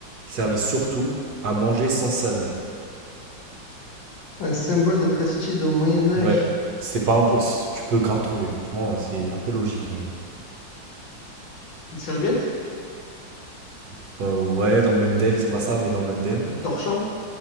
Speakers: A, on the right (about 60°); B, on the left (about 75°).
A: qui servait surtout à manger sans salir?
B: Un symbole de prestige au Moyen Âge.
A: Ouais. C'est pas impossible. Tu peux grave trouver. Franchement, c'est un peu logique même.
B: Une serviette?
A: Enfin, ouais, dans le même DEL, c'est pas ça, mais dans le même DEL.
B: Un torchon?